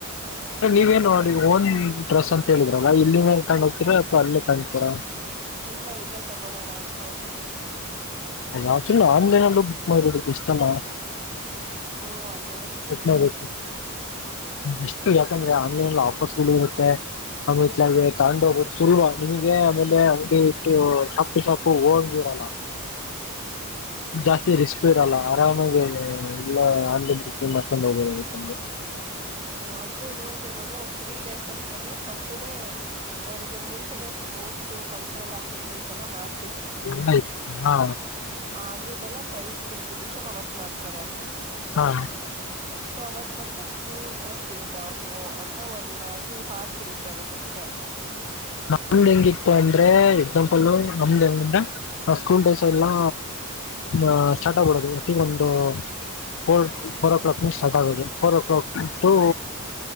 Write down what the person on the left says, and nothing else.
ನೀವೇನ್
ನೋಡಿ ಒಂದ್ ಡ್ರೆಸ್ ಅಂತ ಹೇಳಿದ್ರಲ್ಲ ಇಲ್ಲಿದನೆ ತೊಂಡು ಹೋಗತೀರ ಅಥವಾ ಅಲ್ಲೇ ತಂಗ್ತೀರ.
ಅದಾಕ್ಚುಲಿ ಆನ್ಲೈನ್ ಅಲ್ಲೂ ಬುಕ್ ಮಾಡೋದಕ್ ಇಷ್ಟನಾ.
ಬುಕ್ಮಾಡ್ಬುಡ್ತೀನಿ ಎಷ್ಟು ಯಾಕಂದ್ರೆ ಆನ್ಲೈನ್ ಆಫರ್ಸ್ಗಳು ಇರುತ್ತೆ. ಆಮಿತ್ಲೆ ತಗಂಡು ಹೋಗೋದು ಸುಲಭ ನಿಮಗೆ ಆಮೇಲೆ <unintelligible> ಇಟ್ಟು ಶಾಪ್ಪ್ ಟು ಶಾಪ್ಪು ಹೋಗಂಗಿರಲ್ಲ. ಹ
ಜಾಸ್ತಿ ರಿಸ್ಕ್ ಇರಲ್ಲ ಆರಾಮಾಗಿ ಎಲ್ಲ ಆಲೆ <unintelligible> ಮಾಡ್ಕೊಂಡು ಹೋಗ್ಬರಬೇಕ್ ಅಂಗೆ.
ಹಯ್ತ ಹಾ
ಹಾ
ನಮ್ದ ಹೆಂಗಿತ್ತು ಅಂದ್ರೆ ಎಕ್ಸಾಂಪಲ್ ನಮ್ದ್ ಹೆಂಗ ನ ಸ್ಕೂಲ್ ಡೇಸ್ ಎಲ್ಲಾ ಆ ಸ್ಟಾರ್ಟ್ ಆಗ್ಬಡೋದು ಹೊತ್ತಗೊಂದು ಫೋರ್ ಫೋರ್ ಓ ಕ್ಲಕ್ ನಿ ಸ್ಟಾಟ್ ಆಗೋಯಿದೆ. ಫೋರ್ ಓ ಕ್ಲಾಕ್ ಟೂ